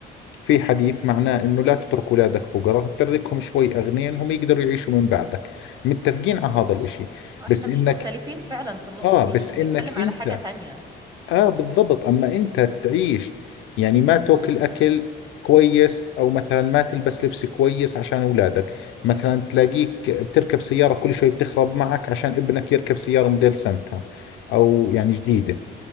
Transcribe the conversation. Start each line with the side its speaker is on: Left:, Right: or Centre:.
Left: في حديث معناه انه لا تترك اولادك فقراء تتركهم شوي اغنياء هم يقدروا يعيشوا من بعدك متفقين على هذا الاشي بس
Right: مش
Left: انك
Right: مختلفين فعلا في النقطه
Left: اه
Right: دي
Left: بس
Right: احنا
Left: انك
Right: بنتكلم
Left: انت
Right: على حاجه تانية
Left: اه بالضبط اما انت تعيش يعني ما تاكل اكل كويس او مثلا ما تلبس لبس كويس عشان اولادك مثلا تلاقيك بتركب سيارة كل شوي بتخرب معك عشان ابنك يركب سيارة موديل سنتها او يعني جديدة